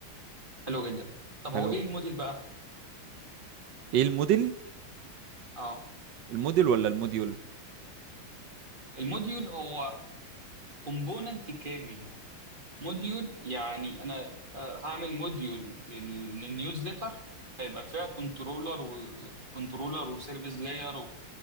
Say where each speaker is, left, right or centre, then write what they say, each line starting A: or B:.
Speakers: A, on the right; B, on the right.
A: حلو جدا طب
B: حلو
A: هو ايه الموديل بقى
B: ايه الموديل
A: اه
B: الموديل ولا الموديول
A: الموديول هو كومبوننت كامل موديول يعني انا آه، هعمل موديول لل- للنيوزليتر هيبقى فيها كنترولر وكنترولر وسيرفيس لاير